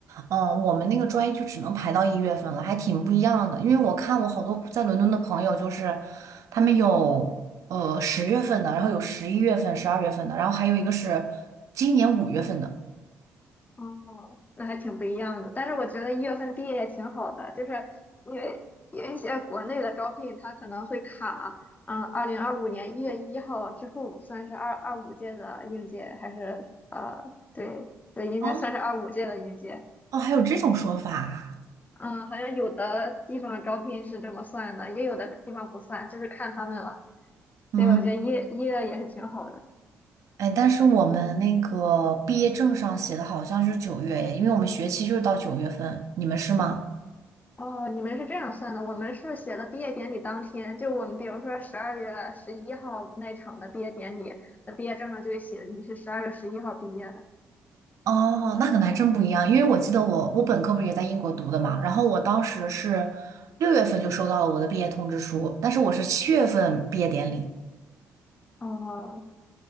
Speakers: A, on the right; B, on the left.
A: 嗯，我们那个专业就只能排到一月份了，还挺不一样的。因为我看我好多在伦敦的朋友，就是他们有呃十月份的，然后有十一月份、十二月份的，然后还有一个是今年五月份的。
B: 哦，那还挺不一样的。但是我觉得一月份毕业也挺好的，就是因为有一些国内的招聘它可能会卡，嗯，二零二五年一月一号之后算是二二五届的应届，还是呃，对对，应该算是二五届的应届。
A: 哦哦，还有这种说法啊
B: 嗯，好像有的地方招聘是这么算的，也有的地方不算，就是看他们了。
A: 嗯，
B: 所以我觉得一月也是挺好的。
A: 哎，但是我们那个毕业证上写的好像是九月耶，因为我们学期就是到九月份，你们是吗？
B: 哦，你们是这样算的，我们是写的毕业典礼当天，就我们比如说十二月十一号那场的毕业典礼那毕业证上就会写你是十二月十一号毕业的。
A: 哦，那可能还真不一样，因为我记得我我本科不是也在英国读的嘛，然后我当时是六月份就收到了我的毕业通知书，但是我是七月份毕业典礼。
B: 哦，